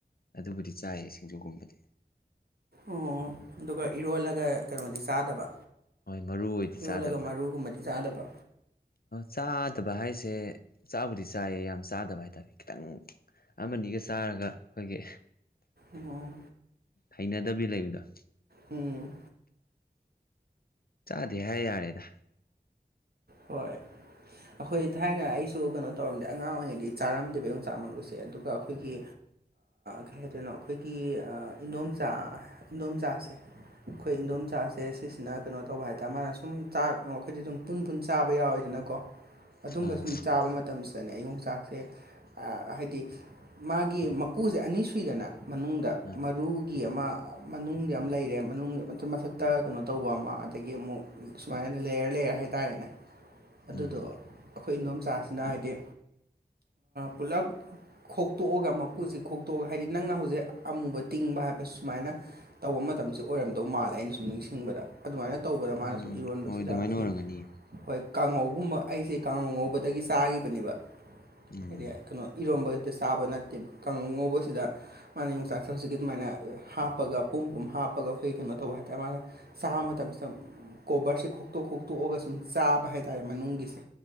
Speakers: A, on the left; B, on the right.
A: ꯑꯗꯨꯕꯨꯗꯤ ꯆꯥꯏꯌꯦ ꯁꯤꯡꯖꯨꯒꯨꯝꯕꯗꯤ
B: ꯑꯣ ꯑꯗꯨꯒ ꯏꯔꯣꯜꯂꯒ ꯀꯩꯅꯣꯗꯤ ꯆꯥꯗꯕ
A: ꯍꯣꯏ ꯃꯔꯨ ꯑꯣꯏꯗꯤ
B: ꯏꯔꯣꯜꯂꯒꯥ
A: ꯆꯥꯗꯕ
B: ꯃꯔꯨꯒꯨꯝꯕꯗꯤ ꯆꯥꯗꯕ
A: ꯆꯥꯗꯕ ꯍꯥꯏꯁꯦ ꯆꯥꯕꯨꯗꯤ ꯆꯥꯏꯌꯦ ꯌꯥꯝ ꯆꯥꯗꯕ ꯍꯥꯏꯇꯥꯔꯦ ꯈꯤꯇꯪ ꯑꯃꯅꯤꯒ ꯆꯥꯔꯒ ꯑꯩꯈꯣꯏꯒꯤ
B: ꯑꯣ
A: ꯍꯩꯅꯗꯕꯤ ꯂꯩꯕꯗꯣ
B: ꯎꯝ
A: ꯆꯥꯗꯦ ꯍꯥꯏ ꯌꯥꯔꯦꯗ
B: ꯍꯣꯏ ꯑꯩꯈꯣꯏ ꯊꯥꯏꯅ ꯑꯩꯁꯨ ꯀꯩꯅꯣ ꯇꯧꯔꯝꯗꯦ ꯑꯉꯥꯡ ꯑꯣꯏꯔꯤꯉꯩꯗꯤ ꯆꯥꯔꯝꯗꯦꯕ ꯌꯣꯡꯆꯥꯛ ꯃꯔꯨꯁꯦ ꯑꯗꯨꯒ ꯑꯩꯈꯣꯏꯒꯤ ꯀꯩ ꯍꯥꯏꯗꯣꯏꯅꯣ ꯑꯩꯈꯣꯏꯒꯤ ꯏꯗꯣꯝꯆꯥ ꯏꯗꯣꯝꯆꯥꯥꯁꯦ ꯑꯩꯈꯣꯏ ꯏꯟꯗꯣꯝꯆꯥꯁꯦ ꯁꯤꯁꯤꯅ ꯀꯩꯅꯣ ꯇꯧꯕ ꯍꯥꯏꯇꯥꯥꯔꯦ ꯃꯥꯅ ꯁꯨꯝ ꯆꯥꯛ ꯑꯩꯈꯣꯏꯗꯤ ꯑꯗꯨꯝ ꯄꯨꯟ ꯄꯨꯟ ꯆꯥꯕ ꯌꯥꯎꯋꯤꯗꯅꯀꯣ ꯑꯗꯨꯝꯕ
A: ꯑꯥ
B: ꯁꯨꯝ ꯆꯥꯕ ꯃꯇꯝꯁꯦ ꯗꯅꯦ ꯑꯩꯌꯣꯡꯆꯥꯛꯁꯦ ꯍꯥꯏꯗꯤ ꯃꯥꯒꯤ ꯃꯀꯨꯁꯦ ꯑꯅꯤ ꯁꯨꯏꯗꯅ ꯃꯅꯨꯡꯗ
A: ꯑꯥ
B: ꯃꯔꯨꯒꯤ
A: ꯎꯝ
B: ꯑꯃ ꯃꯅꯨꯡꯗ ꯑꯝ ꯂꯩꯔꯦ ꯃꯅꯨꯡꯗ ꯃ ꯃꯊꯛꯇ ꯀꯩꯅꯣ ꯇꯧꯕ ꯑꯃ ꯑꯗꯒꯤ ꯑꯃꯨꯛ ꯁꯨꯃꯥꯏꯅ ꯂꯦꯌꯔ ꯂꯩꯔ ꯍꯥꯏꯇꯥꯔꯦꯅꯦ ꯑꯗꯨꯗꯣ
A: ꯎꯝ
B: ꯑꯩꯈꯣꯏ ꯏꯗꯣꯝꯆꯥꯁꯤꯅ ꯍꯥꯏꯗꯤ ꯄꯨꯂꯞ ꯈꯣꯛꯇꯣꯛꯑꯒ ꯃꯀꯨꯁꯤ ꯈꯣꯛꯇꯣꯛꯑꯒ ꯍꯥꯏꯗꯤ ꯅꯪꯅ ꯍꯧꯖꯤꯛ ꯑꯃꯨꯕ ꯇꯤꯡꯕ ꯍꯥꯏꯕ ꯁꯨꯃꯥꯏꯅ ꯇꯧꯕ ꯃꯇꯝꯁꯤ ꯑꯣꯏꯔꯝꯗꯧ ꯃꯥꯜꯂꯦ ꯑꯩꯅ ꯁꯨꯝ ꯅꯤꯡꯁꯤꯡꯕꯗ ꯑꯗꯨꯃꯥꯏꯅ ꯇꯧꯕꯗ ꯃꯥꯅ
A: ꯎꯝ
B: ꯁꯨꯝ ꯏꯔꯣꯟꯕꯁꯤꯗ
A: ꯍꯣꯏ ꯑꯗꯨꯃꯥꯏꯅ
B: ꯑꯩꯈꯣꯏꯒꯤ
A: ꯑꯣꯏꯔꯝꯒꯅꯤ
B: ꯍꯣꯏ ꯀꯥꯡꯉꯧꯒꯨꯝꯕ ꯑꯩꯁꯦ ꯀꯥꯡꯉꯧ ꯉꯧꯕꯗꯒꯤ ꯆꯥꯒꯤꯈꯤꯕꯅꯦꯕ
A: ꯎꯝ
B: ꯍꯥꯏꯗꯤ ꯀꯩꯅꯣ ꯏꯔꯣꯟꯕꯗ ꯆꯥꯕ ꯅꯠꯇꯦꯕ ꯀꯥꯡꯉꯧ ꯉꯧꯕꯁꯤꯗ ꯃꯥꯅ ꯌꯣꯡꯆꯥꯛꯁꯦ ꯍꯧꯖꯤꯛꯀꯤ ꯑꯗꯨꯃꯥꯏꯅ ꯍꯥꯞꯄꯒ ꯄꯨꯝ ꯄꯨꯝ ꯍꯥꯞꯄꯒ ꯑꯩꯈꯣꯏ ꯀꯩꯅꯣ ꯇꯧꯕ ꯍꯥꯏꯇꯥꯔꯦ ꯃꯥꯅ ꯆꯥꯕ ꯃꯇꯝꯁꯤꯗ ꯀꯣꯕꯔꯁꯦ ꯈꯣꯛꯇꯣꯛ ꯈꯣꯛꯇꯣꯛꯑꯒ ꯁꯨꯝ ꯆꯥꯕ ꯍꯥꯏ ꯇꯥꯔꯦ ꯃꯅꯨꯡꯒꯤꯁꯦ